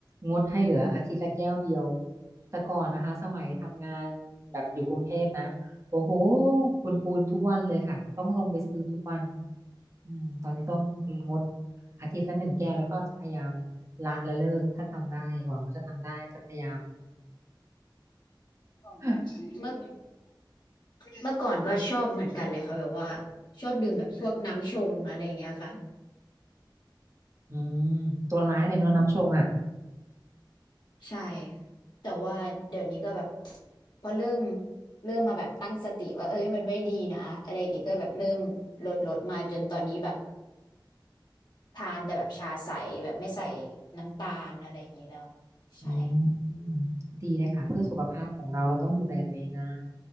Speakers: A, on the right; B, on the left.
A: งดให้เหลืออาทิตย์ละแก้วเดียวแต่ก่อนนะคะสมัยทำงานแบบอยู่กรุงเทพนะโอ้โหปูนปูนทุกวันเลยค่ะต้องลงไปซื้อทุกวันอืมตอนนี้ต้องงดอาทิตย์ละหนึ่งแก้วแล้วก็จะพยายามละและเลิกถ้าทำได้หวังว่าจะทำได้จะพยายาม
B: เมื่อ
A: <laughs>
B: เมื่อก่อนก็ชอบเหมือนกันเลยค่ะแบบว่าชอบดื่มแบบพวกน้ำชงอะไรอย่างเงี้ยค่ะ
A: อืมตัวร้ายเลยเนาะน้ำชงอ่ะ
B: ใช่แต่ว่าเดี๋ยวนี้ก็แบบ <tsk> พอเริ่มเริ่มมาแบบตั้งสติว่าเอ้ยมันไม่ดีนะอะไรอย่างงี้ก็แบบเริ่มลดลดมาจนตอนนี้แบบทานแต่แบบชาใสแบบไม่ใส่น้ำตาลอะไรอย่างงี้แล้วใช่
A: อืมดีเลยค่ะเพื่อสุขภาพของเราเราต้องดูแลตัวเองนะ